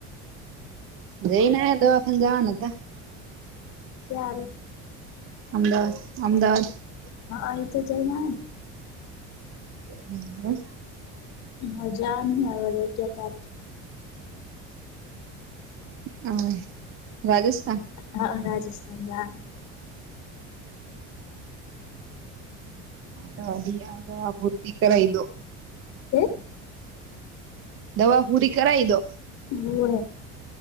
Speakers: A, on the right; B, on the left.
A: જઈને દવાખા જવાના હતા
B: સારી
A: અમદાવાદ અમદાવાદ
B: હા એ તો જઈ ના.
A: હમ.
B: હ હજામ્યા બલે ક્યા તારીખ
A: હ, રાજસ્થાન.
B: હા રાજસ્થાન જાન <unintelligible>
A: વા દ દવા પૂરતી કરાવ દો
B: કે.
A: દવા પૂરી કરાઈ દો.
B: હો,